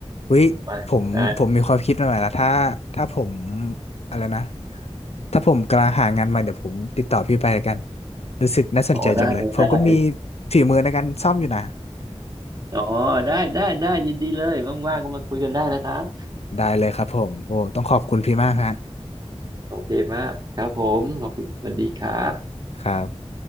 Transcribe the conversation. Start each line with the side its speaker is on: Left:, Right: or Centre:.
Left: วิผมผมมีความคิดมาใหม่ๆแลวถ้าถ้าผม
Right: ไปนะ
Left: อะไรนะถ้าผมกำลังหางานใหม่เดี๋ยวผมติดต่อพี่ไปแล้วกันรู้สึกน่าสนใจจังเลยผมก็มี
Right: อ๋อได้เลยได้
Left: ฝีมือในการซ่อมอยู่นะ
Right: อ๋อได้ได้ได้ยินดีเลยว่างๆก็มาคุยกันได้นะครับ
Left: ได้เลยครับผมโอ้ต้องขอบคุณพี่มากฮะ
Right: โอเคมากครับผมขอบคุณสวัสดีครับ
Left: ครับ